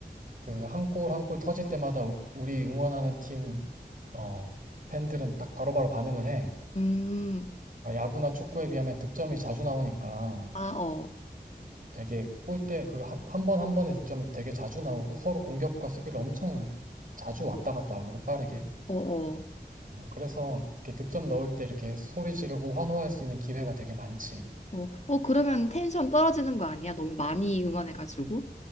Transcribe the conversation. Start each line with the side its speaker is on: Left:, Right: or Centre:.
Right: 그 한 골 한 골 터질 때마다 우- 우리 응원하는 팀 어, 팬들은 딱 바로바로 반응을 해.
Left: 음,
Right: 어, 야구나 축구에 비하면 득점이 자주 나오니까
Left: 아, 어,
Right: 되게 골대 그 한 번 한 번의 득점이 되게 자주 나오고 서로 공격과 수비를 엄청 자주 왔다 갔다 하거든 빠르게.
Left: 어, 어.
Right: 어, 그래서 이렇게 득점 넣을 때 이렇게 소리 지르고 환호할 수 있는 기회가 되게 많지.
Left: 어, 어, 그러면 텐션 떨어지는 거 아니야? 너무 많이 응원해가지고.